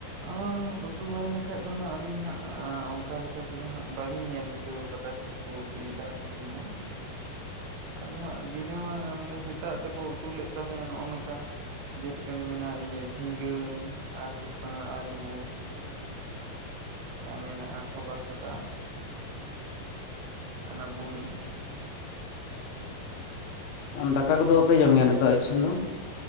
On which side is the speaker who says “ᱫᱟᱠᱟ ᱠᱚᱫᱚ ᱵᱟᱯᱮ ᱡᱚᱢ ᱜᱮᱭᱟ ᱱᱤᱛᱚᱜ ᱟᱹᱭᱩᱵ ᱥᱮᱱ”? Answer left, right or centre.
Left